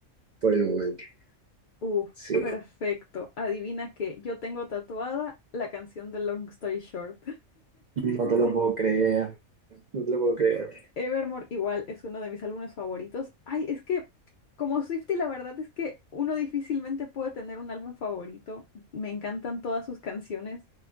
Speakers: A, on the right (about 80°); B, on the left (about 60°).
A: por el momento.
B: Uf,
A: Sí,
B: perfecto. Adivina que yo tengo tatuada la canción de Long Story Short.
A: No te lo puedo creer. no te lo puedo creer.
B: Evermore igual es uno de mis álbumes favoritos. Ay, es que como Swiftie la verdad es que uno difícilmente puede tener un álbum favorito. Me encantan todas sus canciones.